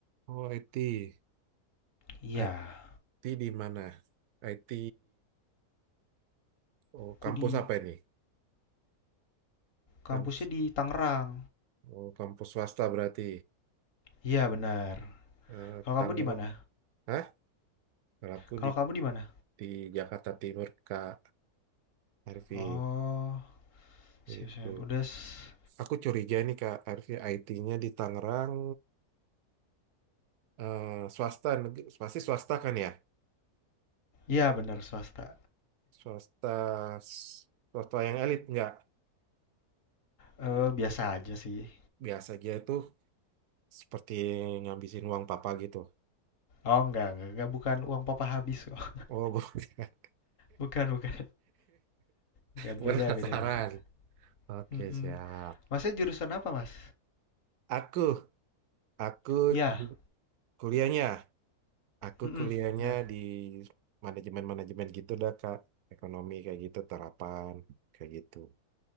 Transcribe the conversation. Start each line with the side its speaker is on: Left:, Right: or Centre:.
Right: oh IT,
Left: Iya,
Right: IT di mana? IT, oh
Left: aku
Right: kampus
Left: di
Right: apa ini?
Left: kampusnya
Right: Kampus,
Left: di Tangerang.
Right: oh kampus swasta berarti.
Left: Iya benar.
Right: Eh,
Left: Kalau
Right: Tangerang,
Left: kamu di mana?
Right: Hah? Kalau aku
Left: Kalau
Right: di
Left: kamu di mana?
Right: di Jakarta Timur Kak Arfi,
Left: Oh,
Right: itu.
Left: siap, siap. Udah. s-
Right: Aku curiga nih Kak Arfi, IT-nya di Tangerang, eh, swasta, neg- pasti swasta kan ya?
Left: Iya benar swasta.
Right: Swasta, swasta yang elit nggak?
Left: Eh biasa aja sih.
Right: biasa aja itu seperti ngabisin uang papa gitu.
Left: Oh enggak, enggak, enggak bukan uang papa habis kok. <laughs>
Right: Oh, <laughs> bukan.
Left: Bukan, bukan. Bukan
Right: Penasaran.
Left: beda, beda, beda.
Right: Oke,
Left: Mm-mm.
Right: siap.
Left: Masnya jurusan apa, Mas?
Right: Aku, aku
Left: Ya,
Right: cu- kuliahnya, aku
Left: mhm,
Right: kuliahnya
Left: bener.
Right: di manajemen-manajemen gitu dah, Kak. Ekonomi kayak gitu, terapan kayak gitu.